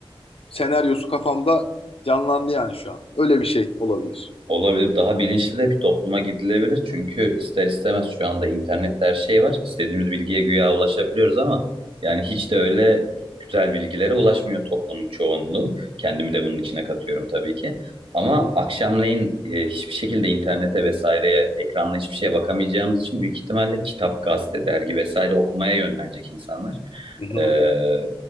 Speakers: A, on the left; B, on the right.
A: senaryosu kafamda canlandı yani şu an. Öyle bir şey olabilir.
B: Olabilir. Daha bilinçli de bir topluma gidilebilir. Çünkü ister istemez şu anda internette her şey var. İstediğimiz bilgiye güya ulaşabiliyoruz ama yani hiç de öyle güzel bilgilere ulaşmıyor toplumun çoğunluğu. Kendimi de bunun içine katıyorum tabii ki. Ama
A: Hı hı,
B: akşamleyin e, hiçbir şekilde internete vesaireye, ekranla hiçbir şeye bakamayacağımız için büyük ihtimalle kitap, gazete, dergi vesaire okumaya yönlenecek insanlar.
A: hı hı,
B: Ee,